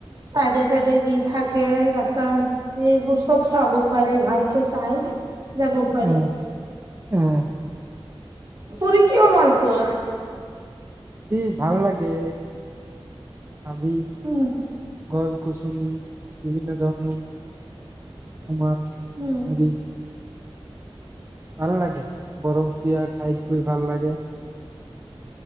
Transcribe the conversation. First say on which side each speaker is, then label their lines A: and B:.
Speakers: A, on the right; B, on the right.
A: চাইডে চাইডে যি থাকে ৰাস্তাৰ এইবোৰ চব চাব পাৰি ভালকে চাই যাব পাৰি
B: উম উম
A: ফুৰি কিয় ভালপোৱা
B: কি ভাল লাগে আমি
A: উম
B: গছ গছনি বিভিন্ন ধৰণৰ উমাৰ
A: উম
B: হেৰি ভাল লাগে বৰফীয়া ঠাইত গৈ ভাল লাগে